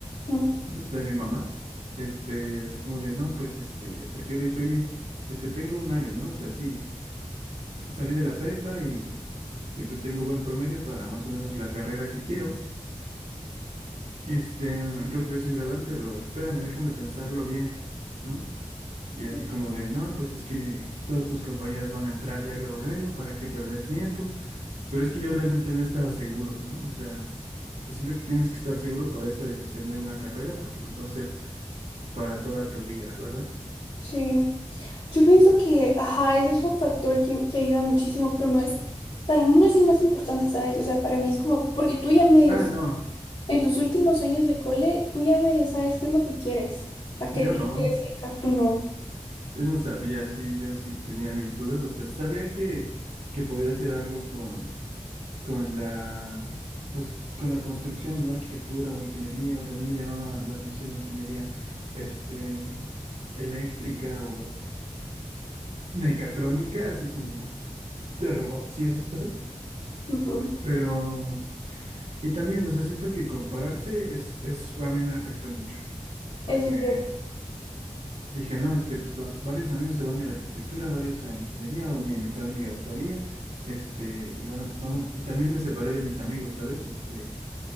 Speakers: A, on the left; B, on the right.
A: ujú,
B: de mi mamá, este, así como de, no, pues, este, porque yo le dije, oye, este, tengo un año, ¿no? O sea, sí, salí de la prepa y, y pues tengo buen promedio para más o menos la carrera que quiero. Este, yo creo que sí me la dan, pero espérame, déjame pensarlo bien, ¿no? Y así
A: ujú.
B: como de, no, pues es que todos tus compañeros van a entrar ya luego, luego, ¿para qué perder tiempo? Pero es que yo realmente no estaba seguro, ¿no? O sea, yo siento que tienes que estar seguro para esa decisión de una carrera porque pues va a ser para toda tu vida, ¿verdad?
A: Sí, yo pienso que, ajá, eso es un factor que, que ayuda muchísimo, pero no es, para mí no es el más importante, ¿sabes? O sea, para mí es como, porque tú ya medio
B: Ah,
A: sabes,
B: no,
A: en tus últimos años de cole, tú ya medio sabes qué es lo que quieres, a qué
B: yo
A: te
B: no,
A: quieres dedicar, tú no.
B: yo no sabía, sí, yo sí tenía mis dudas, o sea, sabía que que podía hacer algo con, con la, pues, con la construcción, ¿no? Arquitectura o ingeniería, o también me llamaba la atención ingeniería, este, eléctrica o mecatrónica, así como de robots y esas cosas.
A: Ujú,
B: Pero, y también, no sé, siento que compararse es, es, a mí me afectó mucho, porque
A: Eso es cierto.
B: dije, no, este, pues va- varios amigos se van a ir a arquitectura, varios a ingeniería, o mi mejor amiga actuaría, este, y, van- vamos, y también me separé de mis amigos, ¿sabes? Este,